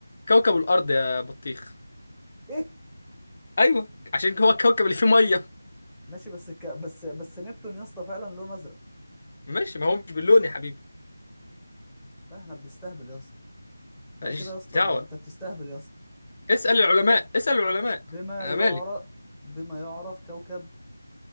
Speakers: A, on the left; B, in the centre.
A: كوكب الأرض يا بطيخ
B: ايه
A: أيوه عشان هو الكوكب اللي فيه مية
B: ماشي بس الك... بس بس نبتون يا اسطى فعلا لونه ازرق
A: ماشي ما هو مش باللون يا حبيبي
B: لا احنا بنستهبل يا اسطى لا
A: ماليش
B: كده يا اسطى
A: دعوة
B: انت بتستهبل يا اسطى
A: اسأل العلماء اسأل العلماء
B: بما
A: أنا
B: يعرف
A: مالي
B: بما يعرف كوكب